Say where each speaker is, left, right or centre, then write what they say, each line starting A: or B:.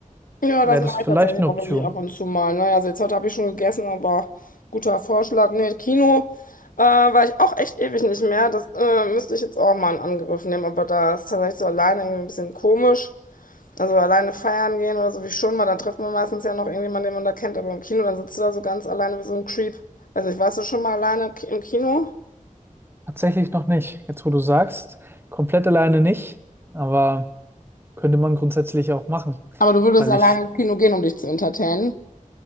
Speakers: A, on the left; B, on the right.
A: Ja,
B: Wäre
A: das mache
B: das vielleicht
A: ich tatsächlich
B: eine
A: auch
B: Option?
A: wirklich ab und zu mal. Ne? Also jetzt heute habe ich schon gegessen, aber guter Vorschlag. Nee, Kino äh, war ich auch echt ewig nicht mehr. Das äh, müsste ich jetzt auch mal in Angriff nehmen. Aber da ist tatsächlich so alleine irgendwie ein bisschen komisch. Also alleine feiern gehen oder so wie schon mal, dann trifft man meistens ja noch irgendjemanden, den man da kennt. Aber im Kino, dann sitzt du da so ganz alleine wie so ein Creep. Also ich warst du schon mal alleine ki- im Kino?
B: Tatsächlich noch nicht. Jetzt, wo du sagst, komplett alleine nicht, aber könnte man grundsätzlich auch machen.
A: Aber du würdest
B: Weil
A: alleine
B: ich,
A: ins Kino gehen, um dich zu entertainen.